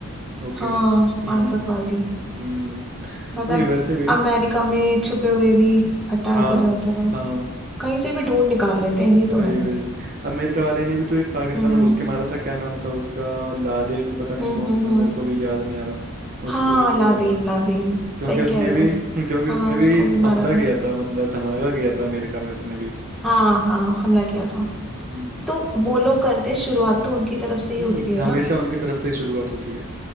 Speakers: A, on the right (about 40°); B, in the centre.
A: ओके
B: हाँ
A: हम्म
B: आतंकवादी
A: हम्म
B: मतलब
A: नहीं वैसे भी
B: अमेरिका में छुपे हुए भी अटैक
A: हाँ
B: हो जाता है
A: हाँ
B: कहीं से भी ढूंढ निकाल लेते हैं ये तो
A: वही
B: है
A: वही अमेरिका वाले ने भी तो एक पाकिस्तान
B: हम्म
A: में घुस के मारा था क्या नाम था उसका लादेन पता नहीं
B: हम्म
A: कौन
B: हम्म
A: था
B: हम्म।
A: मेरे को भी याद नहीं आ रहा उसको
B: हाँ
A: भी मारा
B: लादेन
A: था
B: लादेन
A: क्योंकि
B: सही
A: उसने
B: कह रहे
A: भी
B: हो
A: <laughs> क्योंकि
B: हाँ
A: उसने भी
B: उसको भी
A: हमला
B: मारा
A: किया
B: था
A: था मतलब धमाका किया था अमेरिका में उसने भी
B: हाँ हाँ हमला किया था
A: हम्म
B: तो वो लोग करते शुरुआत तो उनकी तरफ से ही
A: हम्म,
B: होती है
A: हमेशा
B: ना
A: उनकी तरफ से ही शुरुआत होती है